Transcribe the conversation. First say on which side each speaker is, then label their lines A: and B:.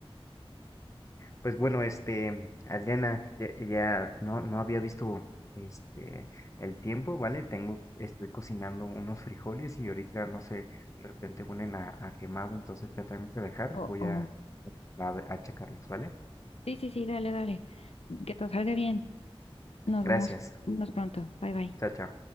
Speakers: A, on the left (about 30°); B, on the left (about 85°).
A: Pues bueno, este, Adriana, ya, ya no, no había visto este el tiempo, ¿vale? Tengo, estoy cocinando unos frijoles y ahorita, no sé, de repente huelen a, a quemado, entonces ya tengo que dejar.
B: O,
A: Voy a,
B: o,
A: a, a checarlos, ¿vale?
B: sí, sí, sí, dale, dale, que todo salga bien, nos
A: Gracias.
B: vemos, nos pronto, bye, bye.
A: Chao, chao.